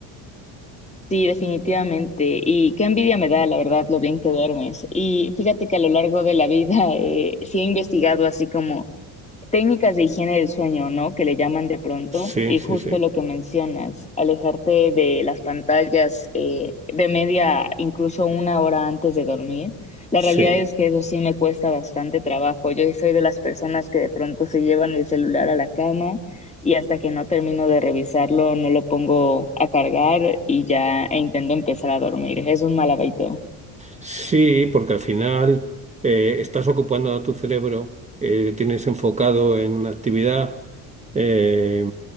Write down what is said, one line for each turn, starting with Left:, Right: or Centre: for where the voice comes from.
Left: Sí, definitivamente. Y qué envidia me da, la verdad, lo bien que duermes. Y fíjate que a lo largo de la vida eh, sí he investigado así como técnicas de higiene del sueño, ¿no? Que le llaman de pronto,
Right: Sí,
Left: y
Right: sí,
Left: justo
Right: sí.
Left: lo que mencionas, alejarte de las pantallas eh, de media, incluso una hora antes de dormir. La
Right: Sí.
Left: realidad es que eso sí me cuesta bastante trabajo. Yo soy de las personas que de pronto se llevan el celular a la cama y hasta que no termino de revisarlo no lo pongo a cargar y ya e intento empezar a dormir. Es un mal hábito.
Right: Sí, porque al final eh, estás ocupando a tu cerebro, eh, tienes enfocado en una actividad, eh,